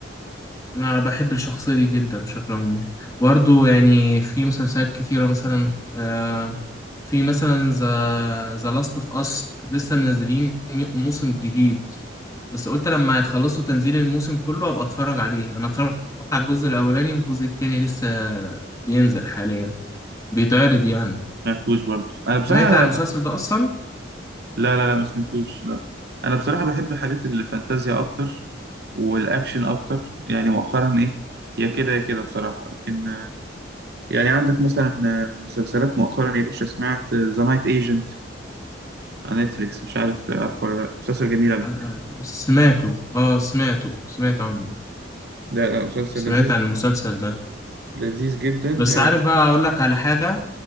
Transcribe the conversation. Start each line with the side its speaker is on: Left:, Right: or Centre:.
Left: أنا بحب الشخصية دي جدا بشكل عمومي برضه يعني في مسلسلات كتيرة مثلا آه، في مثلا ذا ذا لاست اوف اس لسه منزلين مي- موسم جديد بس قلت لما يخلصوا تنزيل الموسم كله ابقى اتفرج عليه انا اتفرجت على الجزء الاولاني والجزء التاني لسه بينزل حاليا بيتعرض يعني
Right: ما سمعتوش برضو انا بصراحه
Left: سمعت عن
Right: لا
Left: المسلسل ده اصلا
Right: لا لا ما سمعتوش لا انا بصراحه بحب حاجات الفانتازيا اكتر والاكشن اكتر يعني مؤخرا ايه يا كده يا كده بصراحه لكن آه، يعني عندك مثلا آه، مسلسلات مؤخرا يا باشا سمعت ذا نايت ايجنت على نتفليكس مش عارف عارف ولا لا مسلسل جميل على
Left: آه،
Right: فكره
Left: آه، سمعته اه سمعته سمعت عنه
Right: لا لا مسلسل
Left: سمعت
Right: لذيذ
Left: عن المسلسل ده
Right: لذيذ جدا
Left: بس
Right: ها
Left: عارف بقى اقول لك على حاجة